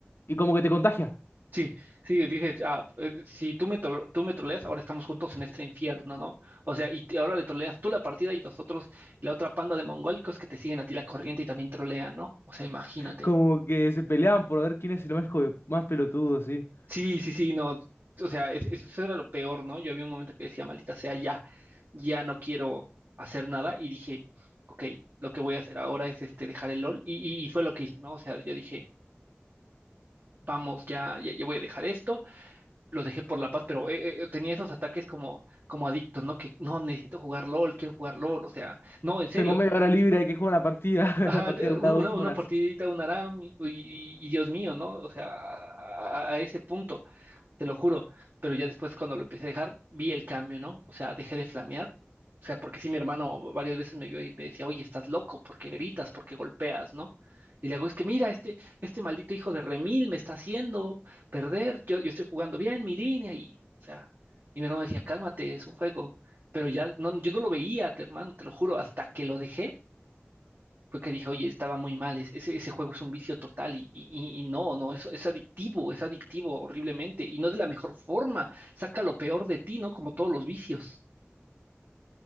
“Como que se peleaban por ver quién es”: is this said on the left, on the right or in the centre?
Left